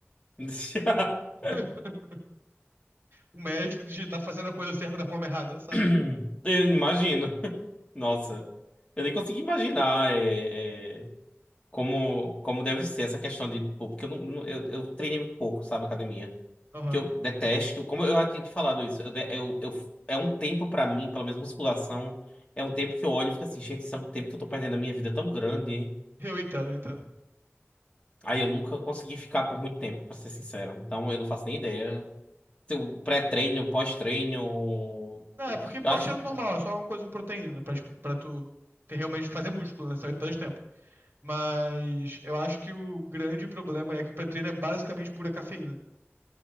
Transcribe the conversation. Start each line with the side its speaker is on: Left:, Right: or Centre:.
Left: <laughs>
Right: <laughs> O mestre de tá fazendo a coisa certa da forma errada, sabe?
Left: <clears throat> Eu imagino. <laughs> Nossa, eu nem consigo imaginar é, é, como, como deve ser essa questão de, tipo, porque eu, não, não- eu, eu treinei muito pouco, sabe, academia.
Right: Aham.
Left: Que eu detesto, como eu já tinha te falado isso, eu, de- eu, eu- é um tempo pra mim, pelo menos musculação, é um tempo que eu olho e fico assim, gente, isso é um tempo que eu tô perdendo a minha vida tão grande.
Right: Eu entendo, eu entendo.
Left: Aí eu nunca consegui ficar por muito tempo, pra ser sincero. Então eu não faço nem ideia. Se o pré-treino, pós-treino.
Right: Ah, é porque pós-treino
Left: Eu acho que.
Right: normal, é só uma coisa com proteína, pra, tipo, pra tu ter- realmente fazer músculo, né? Só que tanto tempo. Mas eu acho que o grande problema é que o pré-treino é basicamente pura cafeína.